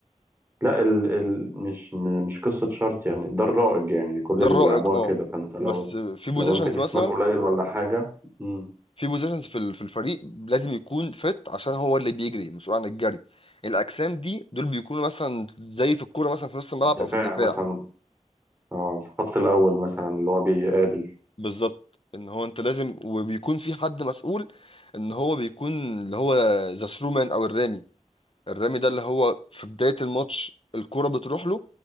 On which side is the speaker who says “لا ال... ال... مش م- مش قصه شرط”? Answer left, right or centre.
Right